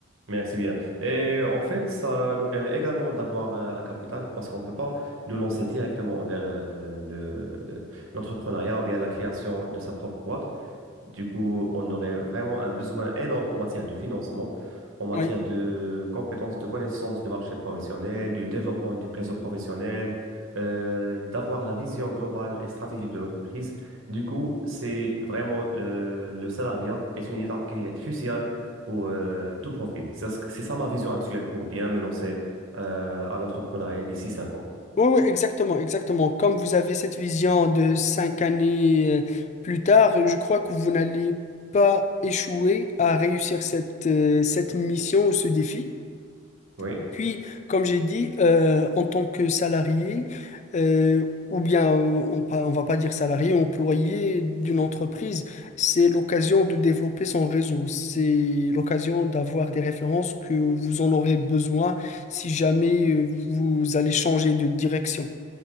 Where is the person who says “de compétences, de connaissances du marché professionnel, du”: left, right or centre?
Right